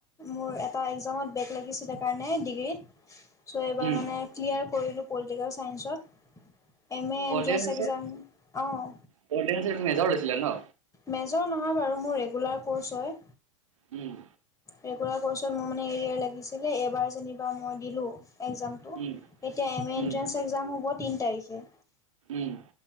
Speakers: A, on the left; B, on the right.
A: মোৰ এটা এক্জামত ব্ৰেক লাগিছিলে কাৰণে ডিগ্ৰীত ছ' এইবাৰ
B: উম
A: মানে ক্লিয়াৰ কৰিলোঁ পলিটিকেল চাইন্সত M A entrance
B: coordination
A: exam অঁ
B: কৰ্ডিনেচন মেজৰ লৈছিলে ন
A: মেজৰ নহয় বাৰু মোৰ ৰেগুলাৰ ক'ৰ্ছ হয়
B: উম।
A: ৰেগুলাৰ ক'ৰ্ছত মোৰ মানে হৰিয়াৰ লাগিছিলে এইবাৰ যেনিবা মই দিলোঁ এক্জামটো
B: উম
A: এতিয়া এম এ এণ্ট্ৰেঞ্চ
B: উম
A: এক্জাম হ'ব তিনি তাৰিখে
B: উম